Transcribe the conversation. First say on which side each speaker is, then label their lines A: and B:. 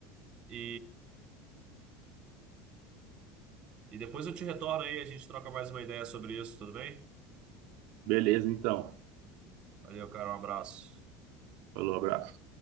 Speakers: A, on the right (about 40°); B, on the right (about 65°).
A: E... e depois eu te retorno aí, a gente troca mais uma ideia sobre isso, tudo bem?
B: Beleza, então.
A: Valeu, cara, um abraço.
B: Falou, abraço.